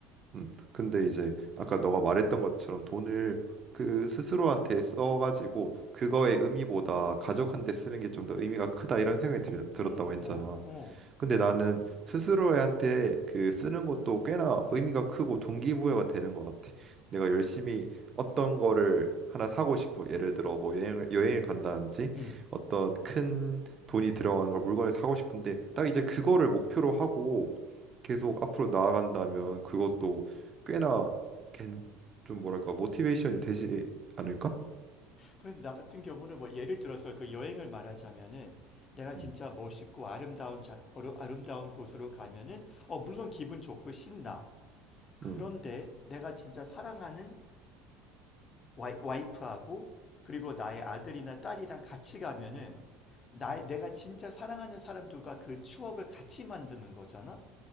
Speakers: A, on the right; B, on the left.
A: 음, 근데 이제 아까 너가 말했던 것처럼 돈을 그 스스로한테 써가지고 그거의 의미보다 가족한테 쓰는 게 좀 더 의미가 크다 이런 생각이 들, 들었다고
B: 음,
A: 했잖아.
B: 어, 어,
A: 근데 나는 스스로한테 그 쓰는 것도 꽤나 의미가 크고 동기부여가 되는 것 같아. 내가 열심히 어떤 거를 하나 사고 싶어. 예를 들어 뭐 여행을 여행을 간다든지
B: 음.
A: 어떤 큰 돈이 들어가는 걸 물건을 사고 싶은데 딱 이제 그거를 목표로 하고 계속 앞으로 나아간다면 그것도 꽤나 괜- 좀 뭐랄까 모티베이션이 되지 않을까?
B: 그런데 나 같은 경우는 뭐 예를 들어서 그 여행을 말하자면은 내가 진짜
A: 음,
B: 멋있고 아름다운 자, 어려- 아름다운 곳으로 가면은 어, 물론 기분 좋고 신나. 그런데
A: 음,
B: 내가 진짜 사랑하는 와이, 와이프하고 그리고 나의 아들이나 딸이랑 같이 가면은 나, 내가 진짜 사랑하는 사람들과 그 추억을 같이 만드는 거잖아?